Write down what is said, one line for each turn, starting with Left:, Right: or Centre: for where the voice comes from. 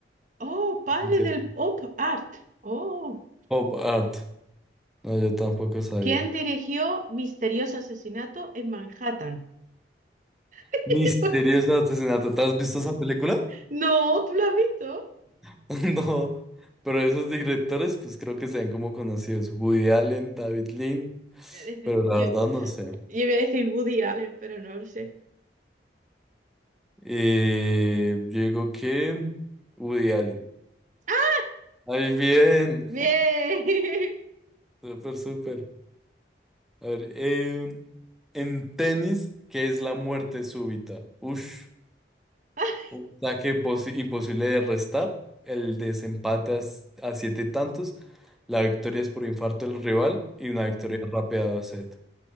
Right: oh, padre
Centre: dice,
Right: del pop art. Oh,
Centre: pop art. No, yo tampoco sabía.
Right: ¿quién dirigió Misterioso Asesinato en Manhattan? <laughs>
Centre: Misterioso asesinato. ¿Te has visto esa película?
Right: No, ¿tú lo has visto?
Centre: <laughs> No. Pero esos directores, pues creo que se ven como conocidos. Woody Allen, David Lean,
Right: Eh,
Centre: pero la
Right: Yo,
Centre: verdad no sé.
Right: Yo iba a decir Woody Allen, pero no lo sé.
Centre: Eh, yo digo que Woody Allen.
Right: ¡Ah!
Centre: Ay, bien.
Right: ¡Bien!
Centre: <laughs> Súper, súper. A ver, em, en tenis, ¿qué es la muerte súbita? Ush,
Right: <laughs>
Centre: un saque posi- imposible de restar, el desempate a, s- a siete tantos, la victoria es por infarto del rival y una victoria rápida a set.